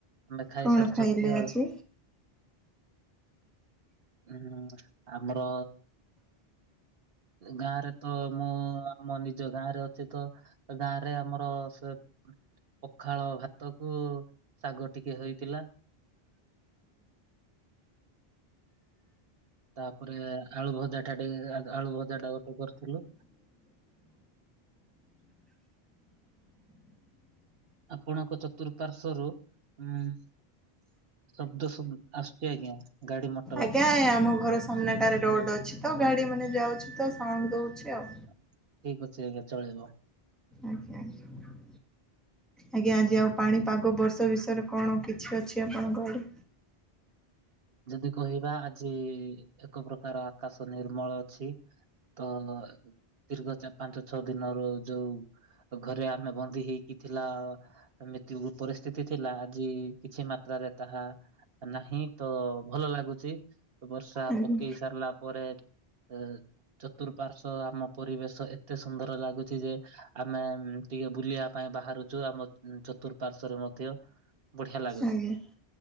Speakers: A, on the right; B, in the centre.
A: ଆମେ ଖାଇସାରିଛନ୍ତି
B: କଣ ଖାଇଲେ
A: ଆଉ।
B: ଆଜି?
A: ହୁଁ ଆମର ଗାଁ ରେ ତ ମୁଁ ଆମ ନିଜ ଗାଁ ରେ ଅଛି ତ। ଗାଁ ରେ ଆମର ସେଉଁ ପଖାଳ ଭାତ କୁ ଶାଗ ଟିକେ ହେଇଥିଲା। ତାପରେ ଆଳୁ ଭଜା ଟା ଟିକେ ଆଳୁ ଭଜା ଟା ଗୋଟେ କରିଥିଲୁ। ଆପଣଙ୍କ ଚତୁଃପାର୍ଶରୁ ଉଁ ଶବ୍ଦ ଶୁବ ଆସୁଛି ଆଜ୍ଞା ଗାଡି ମଟ
B: ଆଜ୍ଞା ଆମ ଘର ସାମ୍ନାଟାରେ ରୋଡ ଅଛି ତ ଗାଡି ମାନେ ଯାଉଛି ତ ସାଉଣ୍ଡ ଦଉଛି ଆଉ।
A: ଠିକ ଅଛି ଆଜ୍ଞା ଚଳିବ।
B: ଆଜ୍ଞା ଆଜ୍ଞା। ଆଜ୍ଞା ଆଜି ଆଉ ପାଣି ପାଗ ବର୍ଷ ବିଷୟରେ କଣ କିଛି ଅଛି ଆପଣଙ୍କ ଆଡ଼େ?
A: ଯଦି କହିବା ଆଜି ଏକ ପ୍ରକାର ଆକାଶ ନିର୍ମଳ ଅଛି। ତ ଦୀର୍ଘ ଚାର ପାଞ୍ଚ ଛଅ ଦିନରୁ ଯୋଉ ତ ଘରେ ଆମେ ବନ୍ଦୀ ହେଇକି ଥିଲ ଏମିତି ପରିସ୍ଥିତି ଥିଲା ଆଜି କିଛି ମାତ୍ରାରେ ତାହା ନାହିଁ ତ ଭଲ ଲାଗୁଛି ବର୍ଷା
B: ଆଜ୍ଞା
A: ପକେଇ ସାରିଲା ପରେ ଅ ଚତୁଃପାର୍ଶ୍ଵ ଆମ ପରିବେଶ ଏତେ ସୁନ୍ଦର ଲାଗୁଛି ଯେ ଆମେ ଟିକିଏ ବୁଲିବା ପାଇଁ ବାହାରୁଚୁ ଆମ ଚତୁଃପାର୍ଶ୍ଵରେ ମଧ୍ୟ ବଢିଆ ଲାଗୁଚେ।
B: ଆଜ୍ଞା।